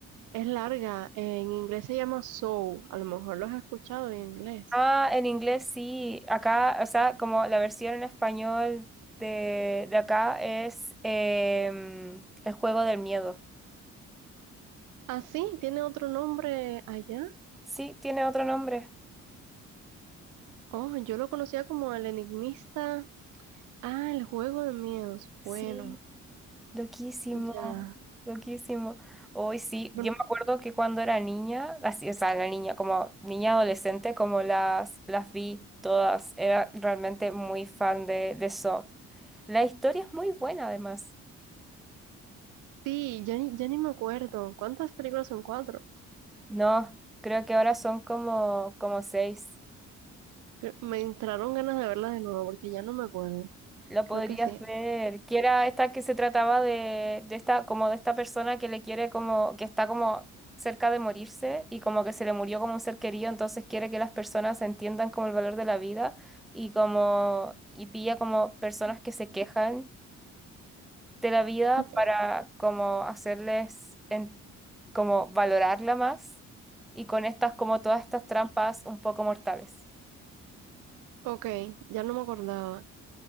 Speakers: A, on the right; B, in the centre.
A: Es larga. En inglés se llama Soul. A lo mejor los has escuchado en inglés.
B: Ah, en inglés sí. Acá, o sea, como la versión en español de, de acá es em, El juego del miedo.
A: Ah, sí, tiene otro nombre allá.
B: Sí, tiene otro nombre.
A: Oh, yo lo conocía como el enigmista. Ah, el juego de miedos.
B: Sí,
A: Bueno,
B: loquísimo,
A: ya.
B: loquísimo. Hoy sí,
A: Bueno,
B: yo me acuerdo que cuando era niña, así, o sea, la niña, como niña adolescente, como las, las vi todas, era realmente muy fan de, de Saw. La historia es muy buena, además.
A: sí, ya ni, ya ni me acuerdo. ¿Cuántas películas son cuatro?
B: No, creo que ahora son como, como seis.
A: Cre- Me entraron ganas de verlas de nuevo porque ya no me acuerdo.
B: Lo
A: Creo
B: podrías
A: que sí.
B: ver. Que era esta que se trataba de, de esta, como de esta persona que le quiere como, que está como cerca de morirse y como que se le murió como un ser querido, entonces quiere que las personas entiendan como el valor de la vida y como, y pilla como personas que se quejan de la vida
A: Ent-
B: para como hacerles en- como valorarla más y con estas como todas estas trampas un poco mortales.
A: Ok, ya no me acordaba.